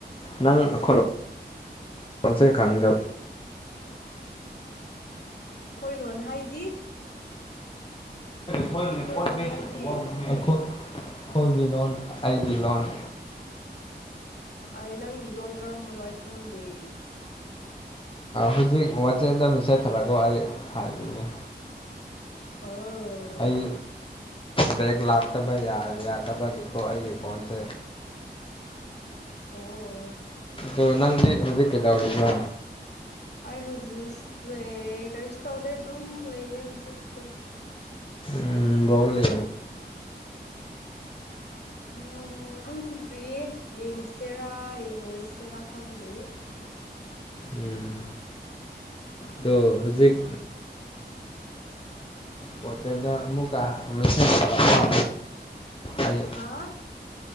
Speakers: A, on the left; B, on the left.
A: ꯅꯪ ꯑꯩꯈꯣꯏꯣꯟꯁꯩꯀꯥꯟꯗ
B: ꯑꯩꯈꯣꯏ ꯂꯣꯟ ꯍꯥꯏꯗꯤ
A: ꯣꯏ
B: ꯑꯩꯈꯣꯏ ꯂꯣꯟ ꯍꯥꯏꯗꯤ
A: ꯑꯩꯈꯣꯏꯒꯤ ꯂꯣꯟ ꯑꯩꯒꯤ ꯂꯣꯟ
B: ꯑꯩ ꯅꯪꯒꯤ ꯂꯣꯟ ꯀꯔꯝꯕꯅꯣ ꯑꯩ ꯈꯪꯗꯦ
A: ꯍꯧꯖꯤꯛ ꯋꯥꯆꯦꯞꯇ ꯃꯦꯁꯦꯖ ꯊꯧꯔꯒꯣ ꯑꯩ ꯍꯥꯏꯕꯤꯒꯦ
B: ꯑꯣ
A: ꯑꯩ ꯕꯦꯦꯛ ꯂꯥꯛꯇꯕ ꯌꯥꯗꯕꯒꯤꯀꯣ ꯑꯩꯒꯤ ꯐꯣꯟꯁꯦ
B: ꯑꯣ
A: ꯑꯗꯣ ꯅꯪꯗꯤ ꯍꯧꯖꯤꯛ ꯀꯩꯗꯧꯔꯤꯕ
B: ꯑꯩ ꯍꯧꯖꯤꯛꯁꯦ ꯀꯔꯤꯁꯨ ꯇꯧꯗꯦ ꯑꯗꯨꯝ ꯂꯩꯌꯦ ꯍꯧꯖꯤꯛꯁꯦ
A: ꯎꯝ ꯂꯦ
B: ꯎ ꯈꯪꯗ꯭ꯔꯤꯌꯦ ꯌꯦꯡꯁꯤꯔꯥ ꯌꯦꯡꯉꯣꯏꯁꯤꯔꯥ ꯈꯪꯗ꯭ꯔꯤ
A: ꯎꯝ ꯑꯗꯣ ꯍꯧꯖꯤꯛ ꯄꯣꯠꯇꯦꯗ ꯑꯃꯨꯛꯀ ꯃꯦꯁꯦ ꯊꯔꯛꯄ ꯑꯩ <inaudible>
B: ꯍꯥꯥ